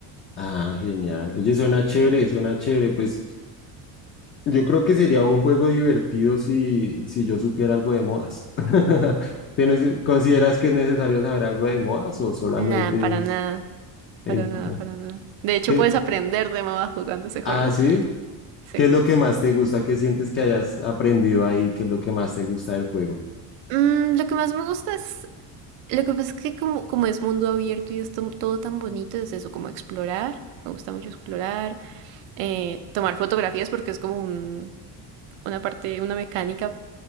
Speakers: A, on the left; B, on the right.
A: Ah, genial. Oye, suena chévere, suena chévere. Pues yo creo que sería un juego divertido si, si yo supiera algo de modas. <laughs> ¿Tienes, consideras que es necesario saber algo de modas o solamente
B: Nada, para
A: es
B: nada.
A: entrar?
B: Para nada, para nada. De hecho,
A: ¿Qué?
B: puedes aprender de mamá jugando ese juego.
A: Ah, sí.
B: Sí.
A: ¿Qué es lo que más te gusta? ¿Qué sientes que hayas aprendido ahí? ¿Qué es lo que más te gusta del juego?
B: Mm, lo que más me gusta es. Lo que pasa es que, como, como es mundo abierto y es to- todo tan bonito, es eso, como explorar. Me gusta mucho explorar. eh, tomar fotografías porque es como un- una parte, una mecánica